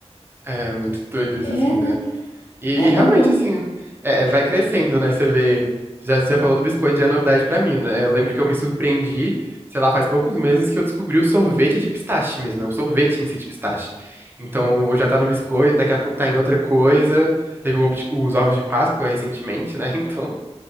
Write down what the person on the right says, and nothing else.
É muito doido isso,
assim,
né? E,
e
realmente,
assim, é, é, vai crescendo, né? Você vê. Já, você já falou do biscoito, já é novidade pra mim, né? Eu lembro que eu me surpreendi, sei lá, faz poucos meses que eu descobri o sorvete de pistache mesmo, né? O sorvete em si de pistache. Então, hoje já tá no biscoito, daqui a pouco tá em outra coisa. Teve o ovo de- os ovos de Páscoa recentemente, né? <laughs> Então,